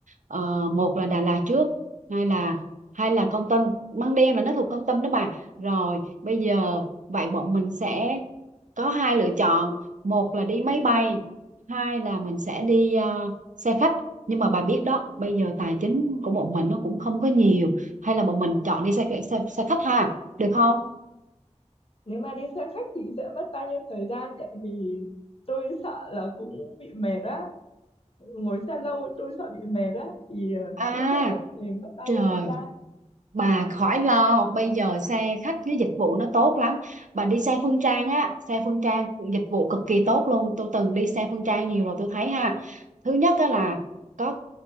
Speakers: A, on the right; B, on the left.
A: ờ, một là Đà Lạt trước, hai là hay là Kon Tum, Măng Đen là nó thuộc Kon Tum đó bà. Rồi, bây giờ vậy bọn mình sẽ có hai lựa chọn một là đi máy bay hai là mình sẽ đi ờ, xe khách nhưng mà bà biết đó bây giờ tài chính của bọn mình nó cũng không có nhiều hay là bọn mình chọn đi xe xe, xe khách ha được không
B: nếu mà đi xe khách thì sẽ mất bao nhiêu thời gian tại vì tôi sợ là cũng bị mệt á ngồi xe lâu tôi sợ bị mệt á thì ờ,
A: à
B: đi xe khách thì mất bao
A: trời
B: nhiêu thời gian
A: bà khỏi lo bây giờ xe khách cái dịch vụ nó tốt lắm bà đi xe Phương Trang á xe Phương Trang dịch vụ cực kỳ tốt luôn tôi từng đi xe Phương Trang nhiều rồi tôi thấy ha thứ nhất á là có